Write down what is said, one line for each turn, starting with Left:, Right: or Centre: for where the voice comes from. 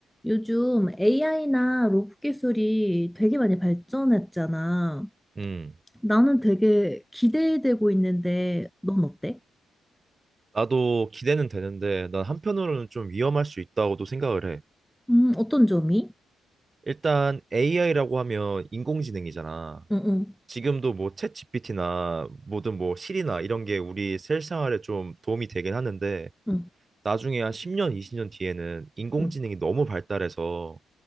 Centre: 요즘 AI나 로봇 기술이 되게 많이 발전했잖아.
Right: 음,
Centre: 나는 되게 기대되고 있는데, 넌 어때?
Right: 나도 기대는 되는데, 난 한편으로는 좀 위험할 수 있다고도 생각을 해.
Centre: 음, 어떤 점이?
Right: 일단 AI라고 하면 인공지능이잖아.
Centre: 응, 응,
Right: 지금도 뭐 챗 GPT나 뭐든 뭐 실이나 이런 게 우리 실생활에 좀 도움이 되긴 하는데,
Centre: 응,
Right: 나중에 한 10년, 20년 뒤에는 인공지능이
Centre: 응,
Right: 너무 발달해서